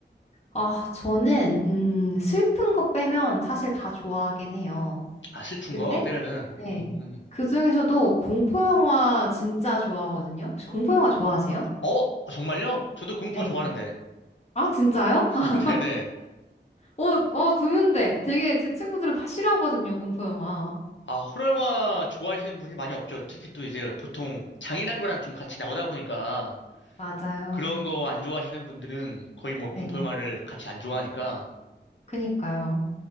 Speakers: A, on the left; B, on the left.
A: 아, 저는, 음, 슬픈 거 빼면 사실 다 좋아하긴 해요.
B: 아, 슬픈
A: 근데,
B: 거 빼면은
A: 네.
B: 음.
A: 그 중에서도 공포영화 진짜 좋아하거든요. 혹시 공포영화 좋아하세요?
B: 어, 어, 정말요? 저도 공포
A: 네.
B: 좋아하는데.
A: 아, 진짜요?
B: <laughs>
A: <laughs>
B: 아, 네네.
A: 어, 어, 드문데. 되게 제 친구들은 다 싫어하거든요, 공포영화.
B: 아, 호러 영화 좋아하시는 분이 많이 없죠. 특히 또 이제 보통 장인한 거랑 좀 같이 나오다 보니까
A: 맞아요.
B: 그런 거 안 좋아하시는 분들은 거의 뭐
A: 네.
B: 공포 영화를 같이 안 좋아하니까
A: 그니까요.